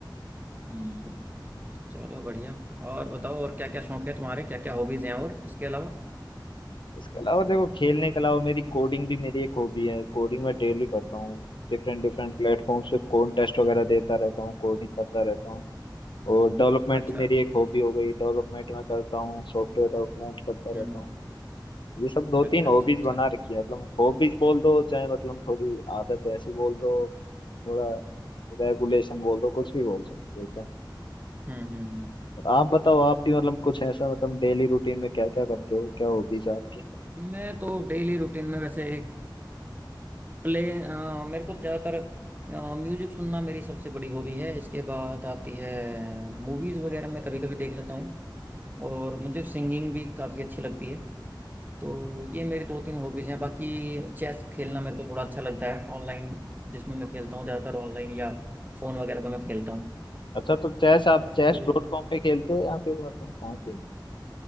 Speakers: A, on the right; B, on the left.
A: हम्म चलो बढ़िया और बताओ और क्या क्या शौक है तुम्हारे क्या क्या हॉबीज हैं और इसके अलावा
B: इसके अलावा देखो खेलने के अलावा मेरी कोडिंग भी मेरी एक हॉबी है कोडिंग मैं डेली करता हूँ डिफरेंट डिफरेंट
A: अच्छा
B: प्लेटफॉर्म्स पे कॉन्टेस्ट वगैरह देता रहता हूँ कोडिंग करता रहता हूँ और डेवलपमेंट
A: अच्छा
B: मेरी एक हॉबी हो गई डेवलपमेंट मैं करता हूँ सॉफ्टवेयर डेवलपमेंट करता
A: हम्म
B: रहता हूँ ये सब दो
A: अच्छा
B: तीन
A: अच्छा
B: हॉबीज
A: अच्छा
B: बना रखी है मतलब हॉबीज बोल दो चाहे मतलब थोड़ी आदत ऐसी बोल दो थोड़ा रेगुलेशन बोल दो कुछ भी बोल सकते हो इसे।
A: हम्म हम्म हम्म।
B: और आप बताओ आप भी मतलब कुछ ऐसा मतलब डेली रूटीन में क्या क्या करते हो क्या हॉबीज है आपकी
A: मैं तो डेली रूटीन में वैसे प्ले अ, मेरे को ज़्यादातर म्यूजिक सुनना मेरी सबसे बड़ी हॉबी है इसके बाद आती है मूवीज़ वगैरह मैं कभी कभी देख लेता हूँ और मुझे सिंगिंग भी काफ़ी अच्छी लगती है तो ये मेरी दो तीन हॉबीज़ हैं बाकी चेस खेलना मेरे को थोड़ा अच्छा लगता है ऑनलाइन जिसमें मैं खेलता हूँ ज़्यादातर ऑनलाइन या फ़ोन वगैरह पे मैं खेलता हूँ
B: अच्छा तो चेस आप चेस
A: तो
B: डॉट कॉम पे खेलते हो या फिर मतलब कहाँ खेलते